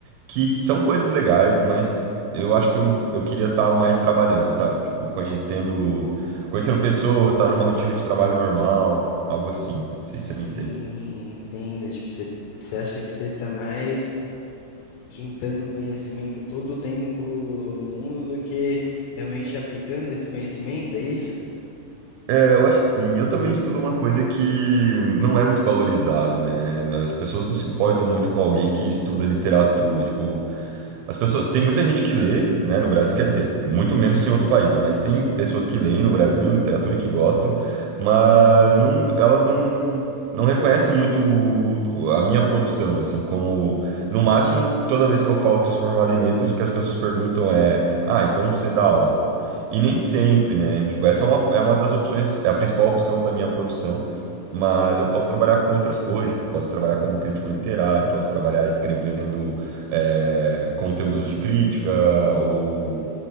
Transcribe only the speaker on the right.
que são coisas legais, mas eu acho que eu, eu queria estar mais trabalhando, sabe? Tipo, conhecendo, conhecendo pessoas, estar numa rotina de trabalho normal. Algo assim. Não sei
se você me entende.
É, eu acho que sim. Eu também estudo uma coisa que não é muito valorizado, né? As pessoas não se importam muito com alguém que estuda literatura. Tipo, As pessoas, tem muita gente que lê, né, no Brasil, quer dizer, muito menos que em outros países, mas tem pessoas que leem no Brasil literatura e que gostam, mas não, elas não não reconhecem muito o- o- a minha profissão, assim, como no máximo, toda vez que eu falo que eu sou formado em letras, o que as pessoas perguntam é: "Ah, então você dá aula?". E nem sempre, né? Tipo, essa é uma, é uma das opções, é a principal opção da minha profissão.
Mas eu posso trabalhar com outras coisas, tipo, posso trabalhar como crítico literário, posso trabalhar escrevendo é, conteúdos de crítica ou